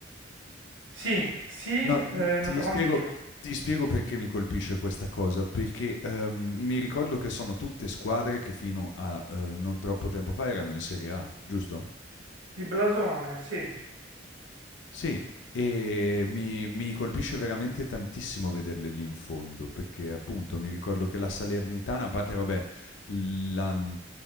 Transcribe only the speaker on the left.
No, mm,
ti
spiego,
ti spiego perché mi colpisce questa cosa, perché ehm, mi ricordo che sono tutte squadre che fino a eh, non troppo tempo fa erano in Serie A, giusto?
Sì, e mi mi colpisce veramente tantissimo vederle lì in fondo, perché appunto mi ricordo che la Salernitana, a parte vabbè, la mhmm,